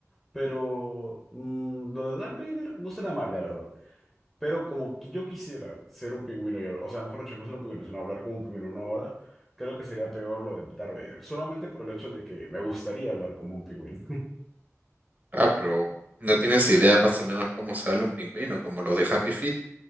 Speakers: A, in the centre; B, on the right.
A: pero mm, lo de Darth Vader no será mal, la verdad. Pero como que yo quisiera ser un pingüino y hablar, o sea, mejor dicho, no ser un pingüino, sino hablar como un pingüino una hora, creo que sería peor lo de Darth Vader. Solamente por el hecho de que me gustaría hablar como un pingüino.
B: Ah, pero no tienes idea más o menos cómo sale un pingüino, como los de Happy Feet,